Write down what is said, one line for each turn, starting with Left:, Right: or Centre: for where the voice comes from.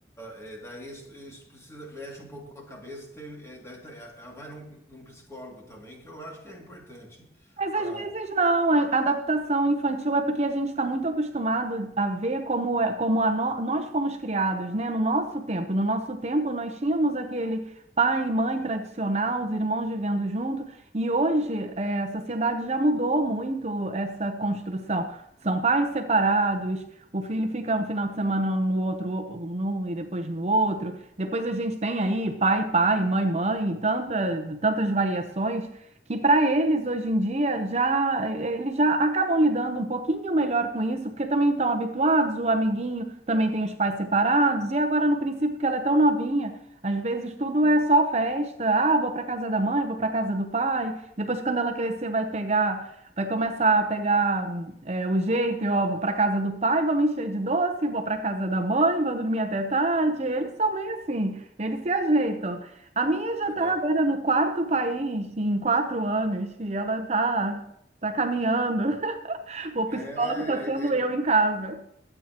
Left: é, daí isso, isso precisa, mexe um pouco com a cabeça, tem- é, daí tá- é, ela vai num, num psicólogo também, que eu acho que é importante
Right: Mas
Left: para.
Right: às vezes não, a a adaptação infantil é porque a gente está muito acostumado a ver como, é- como a no- nós fomos criados, né? No nosso tempo. No nosso tempo, nós tínhamos aquele pai e mãe tradicional, os irmãos vivendo junto, e hoje eh, a sociedade já mudou muito essa construção. São pais separados, o filho fica um final de semana no outro num e depois no outro. Depois a gente tem aí pai, pai, mãe, mãe, tanta, tantas variações que para eles hoje em dia já eh, eh, eles já acabam lidando um pouquinho melhor com isso, porque também estão habituados, o amiguinho também tem os pais separados, e agora no princípio que ela é tão novinha, às vezes tudo é só festa. Ah, vou para casa da mãe, vou para casa do pai. Depois quando ela crescer vai pegar Vai começar a pegar eh, o jeito, e, ó, vou para casa do pai, vou me encher de doce, vou para casa da mãe, vou dormir até tarde. Eles são meio assim, eles se ajeitam. A minha já
Left: É,
Right: está agora no quarto país em quatro anos e ela está tá tá caminhando. <laughs> O
Left: é,
Right: psicólogo está sendo
Left: é
Right: eu em casa.